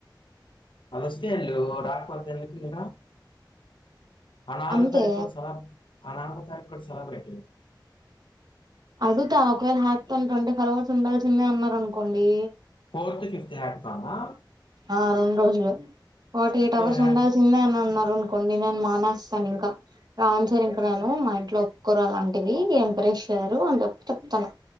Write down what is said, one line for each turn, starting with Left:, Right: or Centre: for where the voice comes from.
Left: అదస్తే అ రాక మత ఎందుకు మీరా అనాాలుగగు
Right: అంతే
Left: తారీకుు సె అ నాలుగు తారీఖు సెలబ్రేట్
Right: అడుగుతా అవల్ హాక్తంట ఉం పర్వచ ఉండాల్సిందే అన్నారు అనుకోండి
Left: ఫోర్త్ ఫిఫత్ హక్తానా
Right: ఆ రెండు రోజులు ఫార్టీ ఎయిట్ అవర్స్
Left: హ్యాక్
Right: ఉండాల్సిందే అని అన్నారు కొనన్ మానస్తాను ఇంకా రా సర ఇంక నేను మా ఇంట్లో అలాంటివి ఎంప్రెస్ చేయ్యారు. అని చెప్పి చెప్తాను